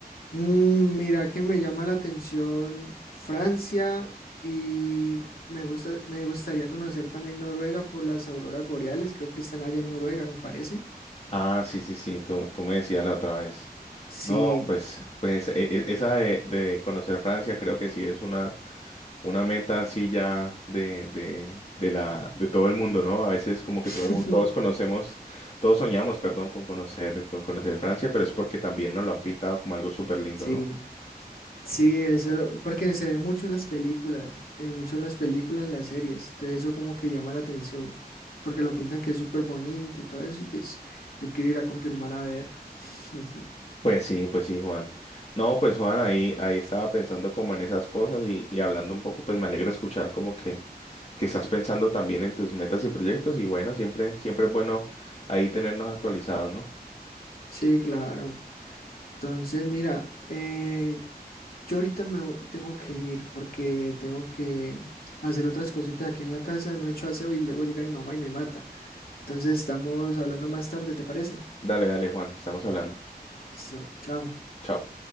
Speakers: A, on the left; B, on the left.
A: Mm, mira que me llama la atención Francia y me gusta, me gustaría conocer también Noruega por las auroras boreales, creo que están allá en Noruega, me parece.
B: Ah, sí, sí, sí, tú, tú me decías la otra vez.
A: Sí,
B: No, pues, pues e- e- esa de, de conocer Francia creo que sí es una, una meta así ya de, de, de la, de todo el mundo, ¿no? A veces como que
A: <laughs>
B: todo el mundo- todos conocemos, todos soñamos, perdón, con conocer, con conocer Francia, pero es porque también nos lo han pintado como algo súper lindo,
A: sí,
B: ¿no?
A: sí, eso, lo- porque se ve mucho en las películas, eh, mucho en las películas, en las series, entonces eso como que llama la atención, porque lo pintan que es súper bonito y todo eso, y pues yo quiero ir a confirmar a ver. <laughs>
B: Pues sí, pues sí, Juan. No, pues Juan, ahí, ahí estaba pensando como en esas cosas y, y hablando un poco, pues me alegra escuchar como que, que estás pensando también en tus metas y proyectos y bueno, siempre, siempre es bueno ahí tenernos actualizados, ¿no?
A: Sí, claro. Entonces, mira, eh, Yo ahorita me vo- tengo que ir porque tengo que hacer otras cositas aquí en la casa, no he hecho aseo y luego llega mi mamá y me mata. Entonces estamos hablando más tarde, ¿te parece?
B: Dale, dale, Juan, estamos hablando.
A: Listo, chao.
B: Chao.